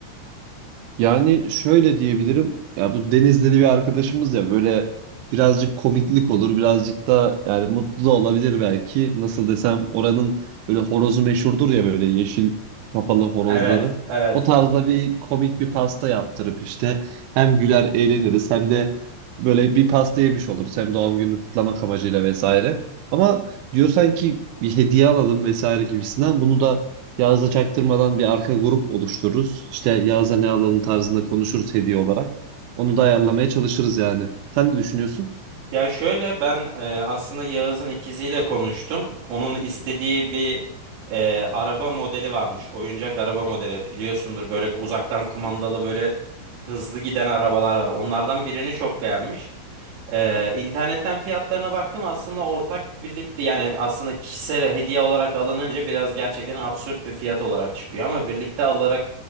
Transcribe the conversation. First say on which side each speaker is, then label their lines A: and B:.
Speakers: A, on the right; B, on the right.
A: Yani şöyle diyebilirim. Ya bu Denizli'li bir arkadaşımız ya böyle birazcık komiklik olur. Birazcık da yani mutlu da olabilir belki. Nasıl desem oranın böyle horozu meşhurdur ya böyle yeşil kafalı horozları.
B: Evet, evet.
A: O tarzda bir komik bir pasta yaptırıp işte hem güler eğleniriz hem de böyle bir pasta yemiş oluruz. Hem doğum gününü kutlamak amacıyla vesaire. Ama diyorsan ki bir hediye alalım vesaire gibisinden bunu da Yağız'a çaktırmadan bir arka grup oluştururuz. İşte Yağız'a ne alalım tarzında konuşuruz hediye olarak. Onu da ayarlamaya çalışırız yani. Sen ne düşünüyorsun?
B: Ya şöyle ben e, aslında Yağız'ın ikiziyle konuştum. Onun istediği bir e, araba modeli varmış. Oyuncak araba modeli. Biliyorsundur böyle uzaktan kumandalı böyle hızlı giden arabalar var. Onlardan birini çok beğenmiş. Ee, internetten fiyatlarına baktım aslında ortak birlikte yani aslında kişisel hediye olarak alınınca biraz gerçekten absürt bir fiyat olarak çıkıyor ama birlikte alarak